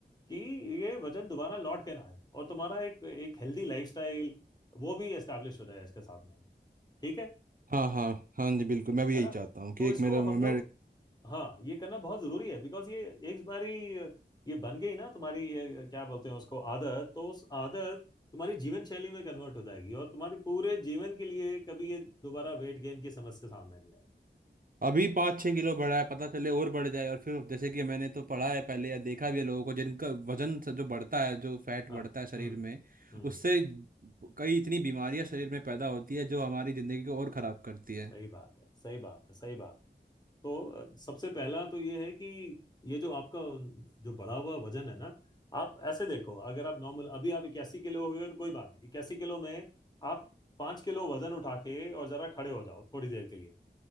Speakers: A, on the left; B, on the right.
A: कि ये वजन दोबारा लौट के ना आए और तुम्हारा एक एक हेल्दी लाइफस्टाइल वो भी एस्टेब्लिश हो जाए इसके साथ में ठीक है
B: हाँ हाँ हाँ जी बिल्कुल मैं भी
A: है
B: यही
A: ना
B: चाहता हूँ कि
A: तो
B: एक
A: इसको
B: मेरा
A: हम
B: मैं
A: लोग हाँ ये करना बहुत जरूरी है बिकॉज ये एक बारी ये बन गई ना तुम्हारी ये क्या बोलते हैं उसको आदत तो उस आदत तुम्हारी जीवन शैली में कन्वर्ट हो जाएगी और तुम्हारे पूरे जीवन के लिए कभी ये दोबारा वेट गेन की समस्या सामने नहीं आएगी
B: अभी पाँच छः किलो बढ़ा है पता चले और बढ़ जाए और फिर जैसे कि मैंने तो पढ़ा है पहले या देखा भी है लोगों को जिनका वजन से जो बढ़ता है जो फैट
A: हाँ
B: बढ़ता है शरीर
A: हम्म
B: में
A: हम्म
B: उससे कई इतनी बीमारियां शरीर में पैदा होती है जो हमारी जिंदगी को और खराब करती है
A: सही बात है सही बात है सही बात है तो अ, सबसे पहला तो ये है कि ये जो आपका जो बढ़ा हुआ वजन है ना आप ऐसे देखो अगर आप नॉर्मल अभी आप इक्यासी किलो हुए हो तो कोई बात नहीं इक्यासी किलो में आप पाँच किलो वजन उठा के और जरा खड़े हो जाओ थोड़ी देर के लिए